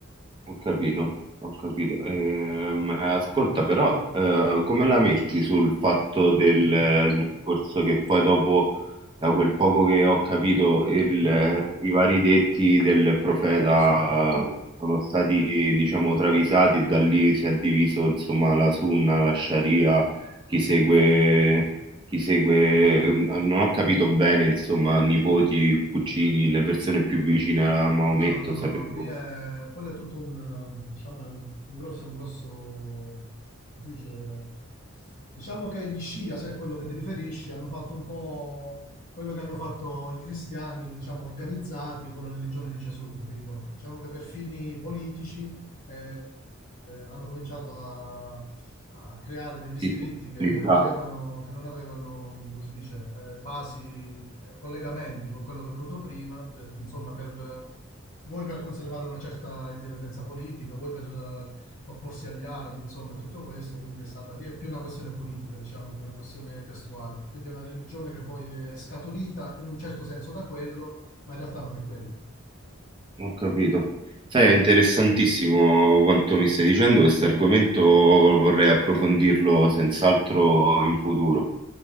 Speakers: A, on the right; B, on the left.
A: Ho capito, ho capito. Ehm, ascolta, però, eh, come la metti sul fatto del
B: Sì,
A: discorso che poi dopo, da quel poco che ho capito, il-
B: sì,
A: i vari detti del profeta
B: sì.
A: sono stati, diciamo, travisati e da lì si è diviso, insomma, la sunna, la sharia, chi segue, chi segue, non ho capito bene, insomma, nipoti, cugini, le persone più vicine a Maometto,
B: No, no, no, no,
A: sapevo.
B: no, lì è, quello è tutto un, eh, diciamo, è un, un grosso, un grosso, come si dice, diciamo che gli Scia, se è quello che ti riferisci, hanno fatto un po' quello che hanno fatto i cristiani, diciamo, organizzati con la religione di Gesù, capito? Diciamo che per fini politici eh, hanno cominciato a, a creare degli
A: Sì,
B: scritti che
A: utilizzare.
B: non avevano, che non avevano, come si dice, eh, basi, eh, collegamenti con quello che è venuto prima, per- insomma, per... eh, vuoi per conservare una certa indipendenza politica, vuoi per eh, opporsi agli arabi, insomma, e tutto questo, quindi è stata lì, è più una questione politica, diciamo, che una questione testuale. Quindi è una religione che poi è scaturita in un certo senso da quello, ma in realtà non è quello.
A: Ho capito. Sai, è interessantissimo quanto mi stai dicendo, questo argomento vorrei approfondirlo senz'altro in futuro.